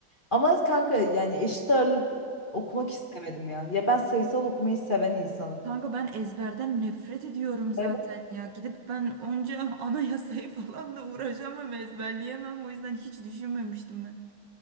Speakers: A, on the left; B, on the right.
A: Ama kanka yani eşit ağırlık okumak istemedim ya. Ya ben sayısal okumayı seven insanım.
B: Kanka ben ezberden nefret ediyorum zaten
A: Evet.
B: ya. Gidip ben onca <laughs> anayasayı falan da uğraşamam, ezberleyemem. O yüzden hiç düşünmemiştim ben.